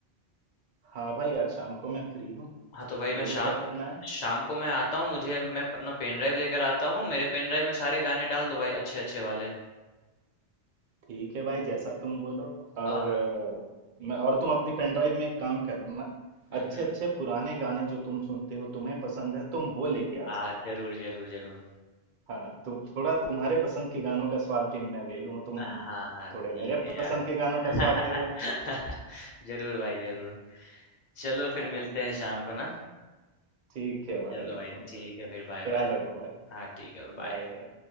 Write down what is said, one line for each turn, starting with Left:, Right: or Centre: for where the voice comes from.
Right: हाँ भाई आज शाम को मैं फ्री हूँ
Left: हाँ तो भाई मैं
Right: बोलो
Left: शाम
Right: क्या करना है
Left: शाम को मैं आता हूँ मुझे मैं अपना पेन ड्राइव लेकर आता हूँ मेरे पेन ड्राइव में सारे गाने डाल दो भाई अच्छे अच्छे वाले
Right: ठीक है भाई जैसा तुम बोलो
Left: आह
Right: और अ, मैं और तुम अपनी पेन ड्राइव में एक काम करना
Left: हम्म
Right: अच्छे
Left: हम्म
Right: अच्छे पुराने गाने जो तुम सुनते हो तुम्हें पसंद है तुम वो लेके आ
Left: आ
Right: जाना
Left: जरूर जरूर जरूर
Right: हाँ तुम थोड़ा तुम्हारे पसंद के गानों का स्वाद भी मैं ले लूँ तुम
Left: हाँ हाँ
Right: थोड़े
Left: ठीक
Right: मेरे
Left: है
Right: पसंद
Left: यार
Right: के गानों
Left: <laughs>
Right: का स्वाद ले लेना
Left: जरूर भाई जरूर चलो फिर
Right: हाँ
Left: मिलते हैं शाम को ना
Right: ठीक है भाई
Left: चलो
Right: एकदम
Left: भाई ठीक
Right: चलो
Left: है फिर बाय
Right: ख्याल
Left: बाय
Right: रखो भाई
Left: हाँ ठीक है बाय
Right: Bye bye